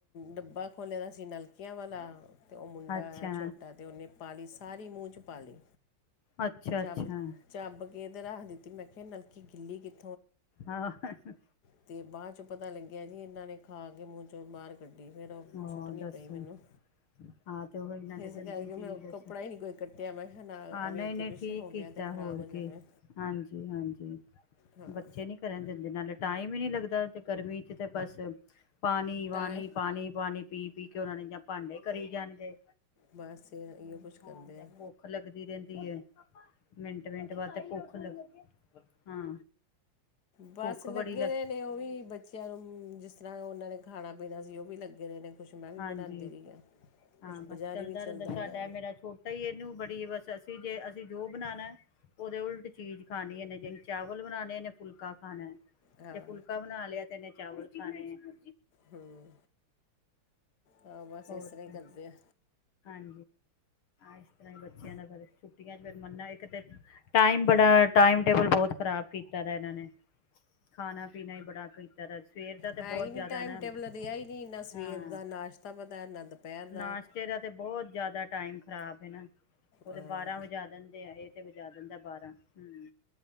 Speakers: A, on the left (about 50°); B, on the left (about 75°).
A: ਡੱਬਾ ਖੋਲੇਆ ਦਾ ਸੀ ਨਲਕਿਆਂ ਵਾਲਾ ਤੇ ਉਹ ਮੁੰਡਾ
B: ਅੱਛਾ
A: ਆਇਆ ਛੋਟਾ ਤੇ ਉਹਨੇ ਪਾਲੀ ਸਾਰੀ ਮੂੰਹ 'ਚ ਪਾਲੀ
B: ਅੱਛਾ
A: ਚੱਬ
B: ਅੱਛਾ
A: ਚੱਬ ਕੇ ਤੇ ਰੱਖ ਦਿੱਤੀ ਮੈਂ ਕਿਹਾ ਨਲਕੀ ਗਿੱਲੀ ਕੀਤ
B: ਆਹ <inaudible>
A: ਅਤੇ ਬਾਅਦ ਚੋਂ ਪਤਾ ਲੱਗਿਆ ਜੀ ਇਹਨਾਂ ਨੇ ਖਾ ਕੇ ਮੂੰਹ ਚੋਂ ਬਾਹਰ ਕੱਢੀ ਫਿਰ ਉਹ
B: ਹੋਰ
A: ਸੁੱਟਣੀ
B: ਦੱਸ
A: ਪਈ ਮੈਨੂੰ
B: ਆਹ ਤੇ ਉਹੀ ਨਾਲੇ
A: ਇਸ
B: ਗੰਦੀ
A: ਕਰਕੇ
B: ਚੀਜ਼
A: ਮੈਂ
B: ਦੱਸ
A: ਕੱਪੜਾ ਈ ਨੀ ਕੋਈ ਕੱਟਿਆ ਮੈਂ ਕਿਹਾ
B: ਹਾਂ
A: ਏਵੇਂ
B: ਨਹੀਂ
A: ਅੱਗੇ
B: ਨਹੀਂ
A: ਪਿੱਛੇ
B: ਠੀਕ
A: ਹੋ
B: ਕੀਤਾ
A: ਗਿਆ ਅਤੇ
B: ਹੋਰ
A: ਖਰਾਬ ਹੋ ਜਾਣਾ
B: ਕੇ ਹਾਂਜੀ ਹਾਂਜੀ
A: ਹਾਂ-
B: ਬੱਚੇ ਨੀ ਕਰਨ ਨਾਲੇ ਟਾਈਮ ਈ ਨੀ ਲੱਗਦਾ ਗਰਮੀ ਚ ਤੇ ਬਸ ਪਾਨੀ ਵਾਨੀ
A: ਟਾਏ
B: ਪਾਨੀ ਪਾਨੀ ਪੀ ਪੀ ਕੇ ਉਹਨਾ ਨੇ ਜਾਂ ਭਾਂਡੇ ਕਰੀ ਜਾਣਗੇ
A: ਬਸ ਇਹੋ ਕੁਛ
B: ਹਾਂ
A: ਕਰਦੇ ਆ
B: ਭੁੱਖ ਲੱਗਦੀ ਰਹਿੰਦੀ ਏ ਮਿੰਟ ਮਿੰਟ ਬਾਅਦ ਤੇ ਭੁੱਖ ਲੱਗ ਹਾਂ
A: ਬਸ
B: ਭੁੱਖ
A: ਲੱਗੇ
B: ਬੜੀ ਲੱਗ
A: ਰਹੇ ਨੇ ਉਹ ਵੀ ਬੱਚਿਆਂ ਨੂੰ ਜਿਸ ਤਰ੍ਹਾਂ ਉਹਨਾਂ ਨੇ ਖਾਣਾ ਪੀਣਾ ਸੀ ਉਹ ਵੀ ਲੱਗੇ ਰਹੇ ਨੇ ਕੁਛ ਮੈਂ ਵੀ
B: ਹਾਂਜੀ
A: ਬਣਾਉਂਦੀ ਰਹੀ ਹਾਂ
B: ਹਾਂ
A: ਕੁਛ
B: ਬਸ
A: ਬਜ਼ਾਰੀ
B: ਚੱਲਦਾ
A: ਵੀ
B: ਰਹਿੰਦਾ ਸਾਡਾ
A: ਰਿਹਾ
B: ਇਹ ਮੇਰਾ ਛੋਟਾ ਇਹਨੂੰ ਬੜੀ ਬਸ ਜੇ ਅਸੀਂ ਜੋ ਬਣਾਉਣਾ ਉਹਦੇ ਉਲਟ ਚੀਜ਼ ਖਾਣੀ ਇਹਨੇ ਜੇ ਚਾਵਲ ਬਣਾਣੇ ਇਹਨੇ ਫੁਲਕਾ ਖਾਣਾ
A: ਹਾਂ
B: ਜੇ ਫੁਲਕਾ ਬਣਾ ਲਿਆ ਤੇ ਇਹਨੇ ਚਾਵਲ ਖਾਣੇ ਹੈ
A: ਹਮ ਹ ਬਸ
B: ਹੋਰ
A: ਇਸ ਤਰ੍ਹਾਂ
B: ਕੀ
A: ਹੀ ਕਰਦੇ ਆ
B: ਹਾਂ ਇਸ ਤਰ ਹੀ ਬੱਚਿਆਂ ਫ ਛੁੱਟੀਆਂ ਚ ਟਾਇਮ ਬੜਾ ਟਾਈਮ ਟੇਬਲ ਬਹੁਤ ਖਰਾਬ ਕੀਤਾ <unintelligible> ਇਹਨਾਂ ਨੇ ਖਾਣਾ ਪੀਣਾ ਹੀ ਬੜਾ ਕੀਤਾ ਦਾ ਸਵੇਰ ਦਾ ਤੇ
A: ਹੈ
B: ਬਹੁਤ
A: ਹੀ ਨਹੀਂ
B: ਜ਼ਿਆਦਾ
A: ਟਾਈਮ
B: ਨਾ
A: ਟੇਬਲ ਰਿਹਾ ਹੀ ਨਾ ਸਵੇਰ
B: ਹਾਂ
A: ਦਾ ਨਾਸ਼ਤਾ ਪਤਾ ਨਾ ਦੁਪਹਿਰ ਦਾ
B: ਨਾਸ਼ਤੇ ਦਾ ਤੇ ਬਹੁਤ ਜ਼ਿਆਦਾ ਟਾਈਮ ਖ਼ਰਾਬ ਹੈ ਨਾ ਉਹਦੇ
A: ਹਾਂ।
B: ਬਾਰਾਂ ਵਜਾ ਦਿੰਦੇ ਇਹ ਤੇ ਵਜਾ ਦਿੰਦਾ ਬਾਰਾਂ ਹੁ